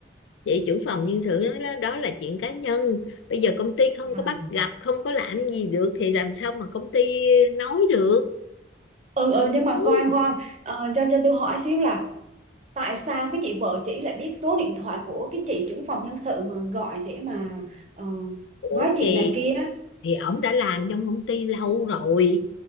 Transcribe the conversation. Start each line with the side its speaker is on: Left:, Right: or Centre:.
Left: chị trưởng phòng nhân sự nói đó, đó là chuyện cá nhân bây giờ công ty không
Right: à.
Left: có bắt gặp không có làm gì được thì làm sao mà công ty nói được
Right: ừ ừ
Left: Ừ.
Right: nhưng mà khoan khoan Ờ, cho cho tôi hỏi xíu là tại sao cái chị vợ chị lại biết số điện thoại của cái chị trưởng phòng nhân sự mà gọi để mà ờ,
Left: ủa
Right: nói
Left: thì
Right: chuyện này kia
Left: thì ổng đã làm trong công ty lâu rồi